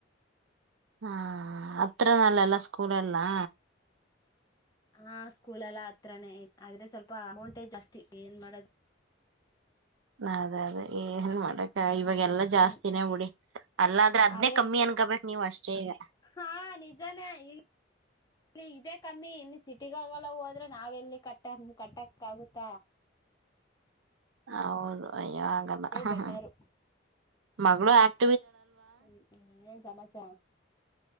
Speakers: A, on the right; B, on the left.
A: ಹಾ ಹತ್ರ ನಾ ಅಲ್ಲೆಲ್ಲ ಸ್ಕೂಲ್ ಎಲ್ಲಾ
B: ಹಾ ಸ್ಕೂಲ್ ಎಲ್ಲ ಹತ್ರಾನೇ ಆದ್ರೆ ಸ್ವಲ್ಪ ಅಮೌಂಟೇ ಜಾಸ್ತಿ ಏನ್ ಮಾಡೋದ್
A: ಅದೇ ಅದೇ ಏನ್ ಮಾಡಕ್ ಇವಾಗ್ ಯ ಎಲ್ಲ ಜಾಸ್ತಿನೇ
B: ಹ್ಮ್ ಹ್ಮ್
A: ಬಿಡಿ ಅಲ್ಲ ಆದ್ರೆ ಅದ್ನೇ
B: ಅದೇ
A: ಕಮ್ಮಿ ಅನ್ಕಬೇಕ್ ನೀವ್ ಅಷ್ಟೇ ಈಗ
B: ಹಾ ನಿಜಾನೇ ಇಲ್ ಲ್ಲಿ ಇದೇ ಕಮ್ಮಿ ಇನ್ನು ಸಿಟಿಗಳ್ಗೆಲ್ಲ ಹೋದ್ರೆ ನಾವೆಲ್ಲಿ ಕಟ್ಟ ಕಟ್ಟಕ್ ಆಗುತ್ತ
A: ಹೌದು ಅಯ್ಯೊ ಆಗಲ್ಲ ಹ್ಹ
B: ಬೆಟರು
A: ಹ್ಹ ಮಗ್ಳು ಆಕ್
B: ಹೂ ಹೂ ಏನ್ ಸಮಾಚಾರ